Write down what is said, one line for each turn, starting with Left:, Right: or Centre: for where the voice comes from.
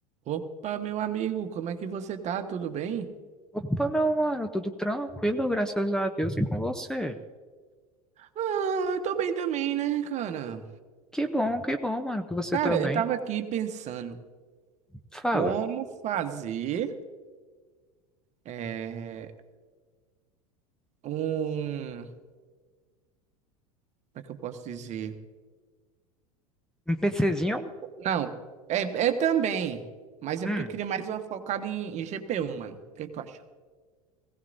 Right: Opa, meu amigo, como é que você tá? Tudo bem?
Centre: Opa, não, mano, tudo tranquilo, graças a Deus e com você.
Right: Ah, eu tô bem também, né, cara?
Centre: Que bom, que bom, mano, que você
Right: Cara,
Centre: tá bem.
Right: eu tava aqui pensando
Centre: Fala,
Right: como fazer é, um. Como é que eu posso dizer?
Centre: um PCzinho?
Right: Não, é, é também, mas é
Centre: Hum,
Right: porque eu queria mais uma focada em, em GPU, mano. O que que tu acha?